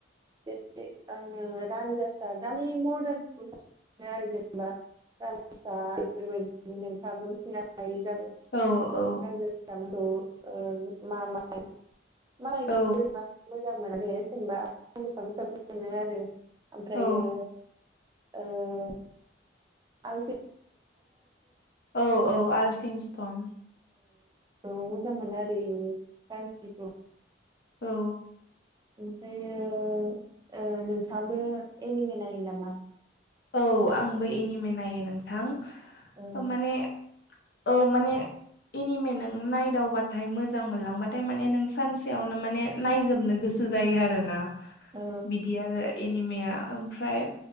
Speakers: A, on the right; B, on the left.
A: <unintelligible> आङो रान्जासा दानि मरदानखौ <unintelligible> आरो जेनेबा <unintelligible> बेफोरबायदि नोंथाङाबो मिथिनो हायै जागाय
B: औ औ
A: <unintelligible>
B: औ
A: मोजां मोना दे जेनेबा <unintelligible> मोनो आरो ओमफ्रायो
B: औ
A: ओ <unintelligible> <unintelligible> औ
B: औ औ आलफिनस्टन
A: औ मोजां मोनो आरो गानफोरखौ
B: औ
A: ओमफ्रायो ओ नोंथाङाबो एनिमे नायो नामा
B: औ आंबो एनिमे नायो नोंथां
A: औ
B: माने औ माने एनिमे नों नायदावबाथाय मोजां मोनलांबाथाय माने नों सानसेयावनो माने नायजोबनो गोसो जायो आरोना
A: औ
B: बिदि आरो एनिमेया ओमफ्राय